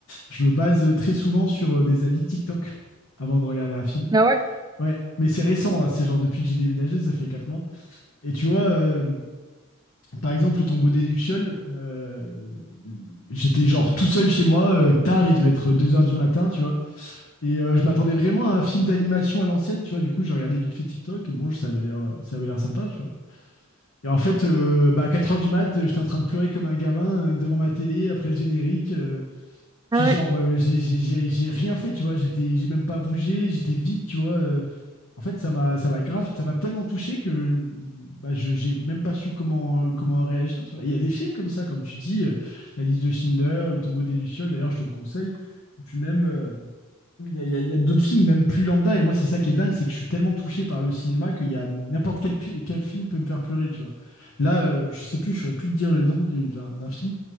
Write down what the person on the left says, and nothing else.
je me base euh, très souvent sur euh, des avis TikTok avant de regarder un film.
Ouais, mais c'est récent, hein, c'est genre depuis que j'ai déménagé, ça fait 4 mois. Et tu vois, euh, par exemple, le tombeau des Lucioles, euh, j'étais genre tout seul chez moi, euh, tard, il devait être 2 heures du matin, tu vois. Et euh, je m'attendais vraiment à un film d'animation à l'ancienne, tu vois. Du coup, j'ai regardé vite fait TikTok et bon, ça avait l'air, ça avait l'air sympa, tu vois. Et en fait, euh, bah, à 4h du mat, euh, j'étais en train de pleurer comme un gavin euh, devant ma télé après le générique. euh, puis
genre, euh, j'ai j'ai- j'ai- j'ai rien fait, tu vois. J'étais, j'ai même pas bougé, j'étais vide, tu vois. euh. en fait, ça m'a, ça m'a grave, ça m'a tellement touché que bah, je, j'ai même pas su comment, euh, comment réagir, tu vois. Il y a des films comme ça, comme tu dis, euh, La liste de Schindler, Le tombeau des Lucioles, d'ailleurs, je te le conseille. Et puis même. euh, il y a, il y a- il y a d'autres films, même plus lambda, et moi, c'est ça qui est dingue, c'est que je suis tellement touché par le cinéma qu'il y a n'importe quel, pi- quel film peut me faire pleurer, tu vois. Là, euh, je sais plus, je saurais plus te dire le nom du- d'un d'un film.